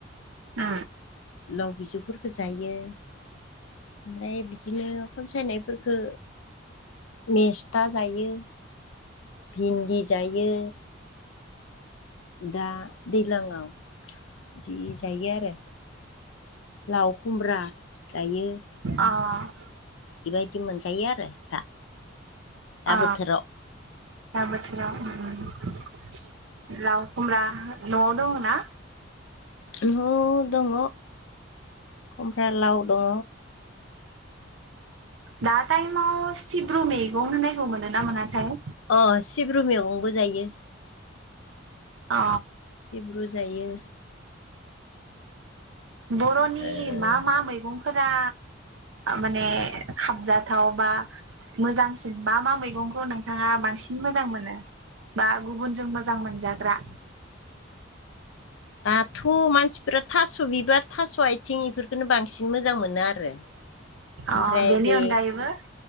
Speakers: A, on the right; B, on the left.
A: ओ
B: लाव बिजौफोरफोरखौ जायो ओमफ्राय बिदिनो खनसायनायफोररखौ मेस था जायो भिन्दि जायो। दा दैज्लाङाव बिदि जायो आरो लाव खुमब्रा जायो
A: अ <unintelligible>
B: बेबायदि मोनजायो आरो दा दा
A: आ
B: बोथोराव
A: दा बोथोराव <unintelligible> लाव खुमब्रा न'आव दङना
B: नवाव दङ खमफ्रा लाव दङ
A: दा टाइमाव सिब्रु मैगं होनायखौ मोनो ना मोनाथाय
B: अ सिब्रु मैगंबो जायो।
A: अ
B: सिब्रु जायो।
A: बर'नि
B: ओ
A: मा मा मैगं फोरा माने खाबजाथाव बा मोजांसिन मा मा मैगंखौ नोंथाङा बांसिन मोजां मोनो बा गुबुनजों मोजां मोनजाग्रा
B: दाथ' मानसिफ्रा थास' बिबार थास' आथिं बेफोरखौनो बांसिन मोजां मोनो आरो
A: अ
B: ओमफ्राय
A: बेनि
B: बे
A: अनगायैबो